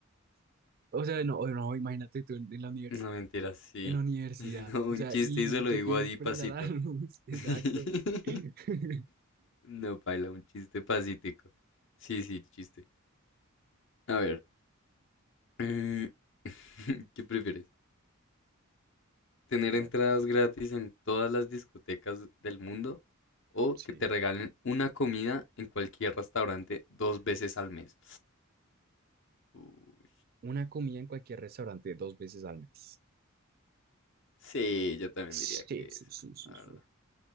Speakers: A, on the right; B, on the left.
A: O sea, no, no, imagínate tú en, en la universidad.
B: No, mentira, sí.
A: en la universidad.
B: <laughs> Sí, No, un
A: O sea,
B: chiste
A: y
B: y se lo
A: te
B: digo
A: piden
B: allí
A: prenda
B: pasito.
A: la luz. <laughs> Exacto.
B: <laughs>
A: <clears throat>
B: No, paila, un chiste pasítico. Sí, sí, el chiste. A ver, mm, <laughs> ¿qué prefieres? ¿Tener
A: A
B: entradas
A: ver,
B: gratis en todas las discotecas del mundo o
A: sí.
B: que te regalen una comida en cualquier restaurante dos veces al mes? Uy.
A: Una comida en cualquier restaurante dos veces al mes.
B: Sí, yo también
A: Sí,
B: diría que
A: sí,
B: esa,
A: sí, sí,
B: la
A: sí.
B: verdad.